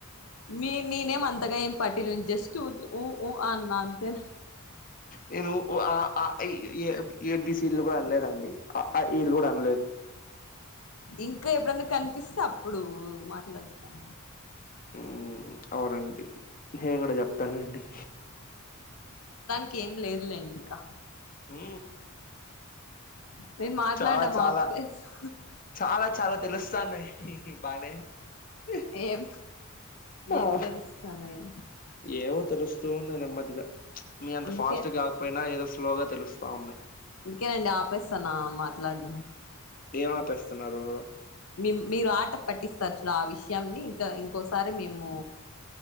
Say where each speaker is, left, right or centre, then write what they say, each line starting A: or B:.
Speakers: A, on the left; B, on the left.
A: మీ నేనేం అంతగా ఏం పటిలే జస్ట్ ఊరికే ఉ ఉ ఆ అన్నా అంతే.
B: నేను ఉ ఆ అ ఇ ఇ ఎ ఏ బి సీ కూడా అనలేదండి అ ఆ ఇ లు కూడా అనలేదు.
A: ఇంకా ఎప్పుడన్నా కనిపిస్తే అప్పుడు మాట్లాడతాం.
B: ఉ అవునండి నేను కూడా చెప్తానండి
A: ఇంకేం లేదు లేండి ఇంకా
B: ఉ
A: నేను మాట్లాడడం
B: చాలా చాలా
A: ఆపేసా
B: చాలా చాలా తెలుస్తాన్నాయ్ బానే హ్
A: ఏం
B: ఓహ్
A: ఏం తెలుస్తానయ్
B: ఏవో తెలుస్తూ ఉన్నాయ్ నెమ్మదిగా చ్ మీ అంత
A: అందుకే
B: ఫాస్ట్ గాకపోయినా ఏదో స్లోగా తెలుస్తా ఉన్నాయ్.
A: ఇందుకేనండి ఆపేస్తాన్నా మాట్లాడం
B: ఏం ఆపేస్తున్నారు
A: మీ మీరు ఆట పట్టిస్తారు చూడు ఆ విషయాన్ని ఇంకా ఇంకోసారి మేము